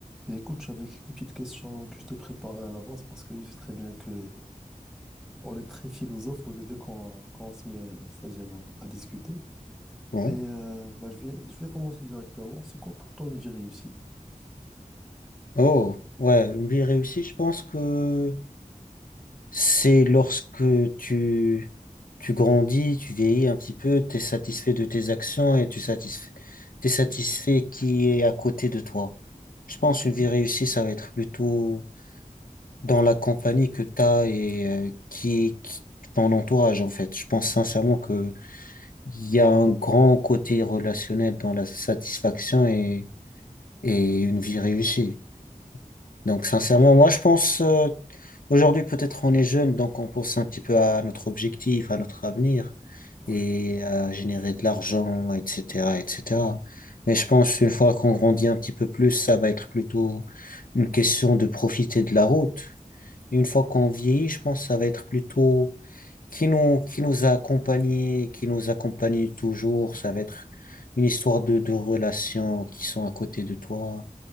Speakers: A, in the centre; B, on the left.
A: Mais écoute, j'avais quelques petites questions que je t'ai préparées à l'avance parce que je sais très bien que on est très philosophes, nous les deux, quand, quand on se met, euh, c'est-à-dire euh, à discuter.
B: Ouais.
A: Et euh, bah, je vais, je vais commencer directement. C'est quoi pour toi une vie réussie?
B: Oh, ouais, une vie réussie, je pense que c'est lorsque tu, tu grandis, tu vieillis un petit peu, tu es satisfait de tes actions et tu satisfais, t'es satisfait qui est à côté de toi. Je pense
A: Ok,
B: une vie réussie, ça va être plutôt dans la compagnie que tu as et euh, qui, qui ton entourage, en fait. Je pense sincèrement que il y a un grand côté relationnel dans la satisfaction et, et une vie réussie. Donc, sincèrement, moi, je pense, euh, aujourd'hui, peut-être on est jeune, donc on pense un petit peu à notre objectif, à notre avenir
A: ouais,
B: et à générer de l'argent, etc., etc. Mais je pense, une fois qu'on grandit un petit peu plus, ça va être plutôt une question de profiter de la route. Et une fois qu'on vieillit, je pense, ça va être plutôt qui nous, qui nous a accompagnés, qui nous accompagne toujours. Ça va être une histoire de, de relations qui sont à côté de toi